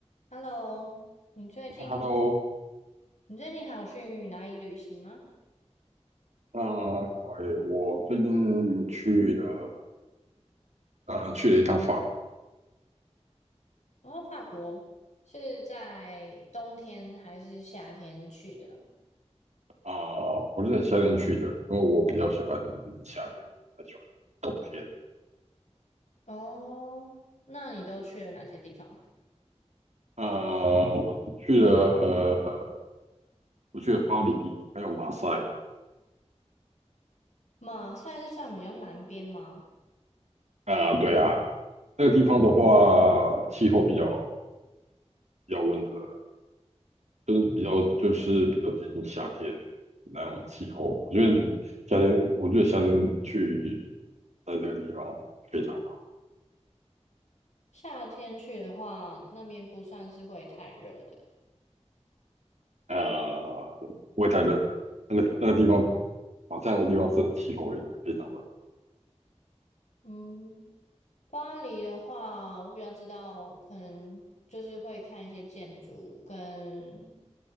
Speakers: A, on the left (about 80°); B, on the right (about 80°).
A: Hello，你最近
B: Hello，
A: 你最近还有去哪里旅行吗？
B: 呃，哎我最近去了，呃，去了一趟法国
A: 哦，法国是在冬天还是夏天去的？
B: 啊、我是在夏天去的，因为我比较喜欢夏天，不太喜欢冬天。
A: 哦，那你都去了哪些地方？
B: 啊、我是去了，我去了巴黎，还有马赛。
A: 马赛是算比较南边吗？
B: 啊、对啊，那个地方的话，气候比较比较温和，就是比较就是比较接近夏天那种气候。我觉得夏天，我觉得夏天去在这个地方非常好。
A: 夏天去的话，那边不算是会太热的。
B: 呃，不会太热。那个那个地方，马赛那个地方的气候也非常的
A: 嗯，巴黎的话，我比较知道，可能就是会看一些建筑跟